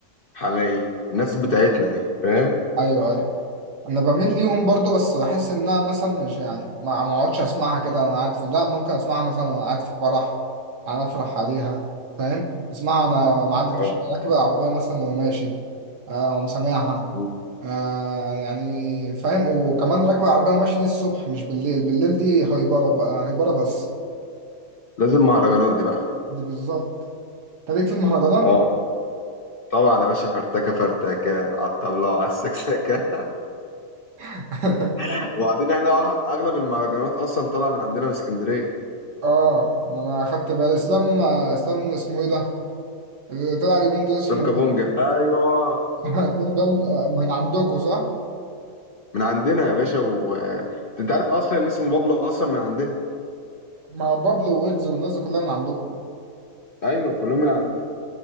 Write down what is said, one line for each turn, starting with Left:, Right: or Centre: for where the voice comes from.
Left: حماقي الناس بتاعتنا
Right: أيوه
Left: دي فاهم
Right: أيوه انا بميل ليهم برضو بس بحس ان انا مثلا مش يعني ما ما اقعدش اسمعها كده انا قاعد في لا ممكن اسمعها مثلا وانا قاعد في فرح انا افرح عليها فاهم اسمعها انا معدي
Left: اه
Right: في الشارع راكب العربيه مثلا وماشي آه ومسامعها
Left: مم.
Right: آه يعني فاهم وكمان راكب العربيه وماشي دي الصبح مش بالليل بالليل دي هايبره بقى هايبره بس
Left: لازم مهرجانات دي بقى
Right: دي بالظبط انت ليك في المهرجانات
Left: اه طبعا يا باشا فرتكه فرتكه على الطبله وعلى السكسكه
Right: <laughs>
Left: <laughs> وبعدين احنا اغلب المهرجانات اصلا طالعه من عندنا من اسكندريه
Right: اه ما انا اخدت بالي اسلام اسلام اسمه ايه ده اللي طلع اليومين دول اسمه
Left: سمكه بونجا
Right: إيه؟
Left: ايوه
Right: الفيلم ده من من عندكم صح؟
Left: من عندنا يا باشا و آه، انت عارف اصلا ان اسمه بابلو اصلا من عندنا
Right: ما بابلو ويجز والناس دي كلها من عندكم
Left: ايوه كلهم من